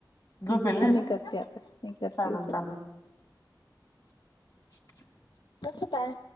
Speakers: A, on the left; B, on the left.
A: झोपेल
B: हंं
A: नाही
B: थांब,
A: ना
B: मी करते आता, मी करते
A: चालेल
B: उचल.
A: चालेल <unintelligible>
B: कसं काय